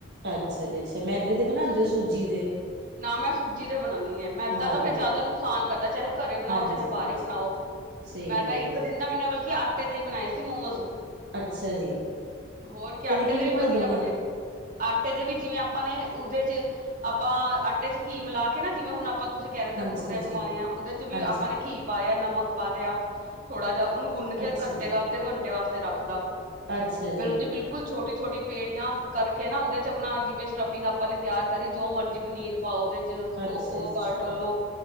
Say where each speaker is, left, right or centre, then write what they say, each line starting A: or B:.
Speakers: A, on the right (about 60°); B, on the right (about 45°).
A: ਅੱਛਾ ਜੀ, ਅੱਛਾ ਮੈਦੇ ਤੇ ਬਣਾਉਂਦੇ ਹੋ, ਸੂਜੀ ਦੇ।
B: ਨਾ, ਮੈਂ ਸੂਜੀ ਤੇ ਬਣਾਉਦੀ ਆ, ਮੈਦਾ
A: ਹਾਂਜੀ
B: ਤਾਂ ਫੇਰ ਜ਼ਿਆਦਾ ਨੁਕਸਾਨ ਕਰਦੈ, ਚਾਹੇ ਘਰੇ ਬਣਾਓ,
A: ਹਾਂਜੀ
B: ਚਾਹੇ ਬਾਹਰੇ
A: ਹਾਂਜੀ
B: ਬਣਾਓ।
A: ਸਹੀ
B: ਮੈਂ
A: ਗੱਲ
B: ਤਾਂ
A: ਹੈ
B: ਇੱਕ
A: ਜੀ
B: ਦਿਨ ਤਾਂ ਬਲਕਿ ਆਟੇ ਦੇ ਹੀ ਬਣਾਏ ਸੀ, ਮੋਮੋਜ਼।
A: ਅੱਛਾ ਜੀ
B: ਹੋਰ ਕਿਯਾ, ਆਟੇ
A: ਕਿਵੇਂ
B: ਦੇ ਵੀ
A: ਬਣਦੇ
B: ਵਧੀਆ
A: ਨੇ
B: ਬਣੇ। ਆਟੇ ਦੇ ਵੀ, ਜਿਵੇਂ ਆਪਾਂ ਨੇ, ਉਹਦੇ ਚ ਆਪਾਂ ਆਟੇ ਚ ਘੀ ਮਿਲਾ ਕੇ ਨਾ, ਜਿਵੇਂ ਹੁਣ ਆਪਾਂ। ਤੁਸੀਂ ਕਹਿ ਰਹੇ
A: ਹਾਂਜੀ
B: ਹੋ ਭਟੂਰਿਆਂ
A: ਹਾਂਜੀ
B: ਚ ਪਾਣੀ ਆ, ਉਹਦੇ ਚ ਵੀ
A: ਹਾਂਜੀ
B: ਆਪਾਂ ਨੇ ਘੀ ਪਾ ਲਿਆ, ਨਮਕ ਪਾ ਲਿਆ। ਥੋੜਾ ਜਿਹਾ ਉਹਨੂੰ, ਗੁੰਨ ਕੇ
A: ਅੱਛਾ
B: ਘੰਟੇ,
A: ਜੀ
B: ਅੱਧੇ ਘੰਟੇ ਵਾਸਤੇ ਰੱਖਦਾ,
A: ਅੱਛਾ ਜੀ
B: ਫੇਰ ਉਹਦੀ ਬਿਲਕੁਲ ਬਿਲਕੁਲ ਛੋਟੀ ਛੋਟੀ ਪੇੜੀਆਂ ਕਰਕੇ ਨਾ, ਉਹਦੇ 'ਚ ਆਪਣਾ ਜਿਵੇਂ ਸਟਫਿੰਗ ਆਪਾਂ ਨੇ ਤਿਆਰ ਕਰੀ, ਜੋ ਮਰਜ਼ੀ ਪਨੀਰ। ਪਾਓ ਉਹਦੇ ਚ,
A: ਅੱਛਾ
B: ਉਹ
A: ਜੀ ਅੱਛਾ
B: ਕਰ ਤਲ ਲੋ,